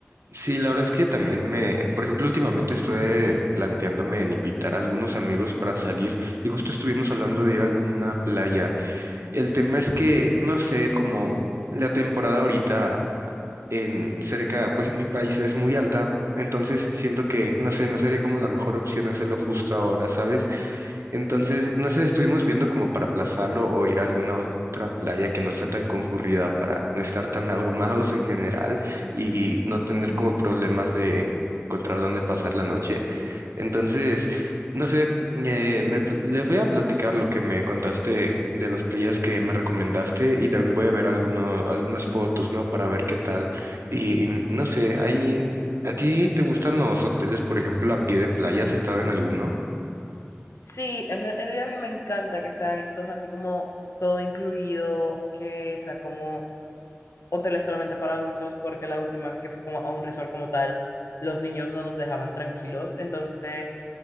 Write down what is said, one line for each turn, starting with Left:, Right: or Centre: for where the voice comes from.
Right: sí, la verdad es que también me, por ejemplo, últimamente estuve planteándome en invitar a algunos amigos para salir y justo estuvimos hablando de ir a alguna playa. El tema es que, no sé, como la temporada ahorita en cerca, pues en mi país es muy alta, entonces siento que, no sé, no sería como la mejor opción hacerlo justo ahora, ¿sabes? Entonces, no sé, estuvimos viendo como para aplazarlo o ir a alguna otra playa que no sea tan concurrida para no estar tan <laughs> abrumados en general y no tener como problemas de encontrar dónde pasar la noche. Entonces, no sé, eh, me pl- les voy a platicar lo que me contaste de las playas que me recomendaste y también voy a ver alguno, algunas fotos, ¿no? Para ver qué tal. Y no sé, ahí, ¿a ti te gustan los hoteles, por ejemplo, a pie de playa? ¿Has estado en alguno?
Left: Sí, en en realidad a mí me encanta que sean estos así como todo incluido, que sea como hoteles solamente para adultos, porque la última vez que fui como a un resort como tal, los niños no nos dejaban tranquilos. Entonces,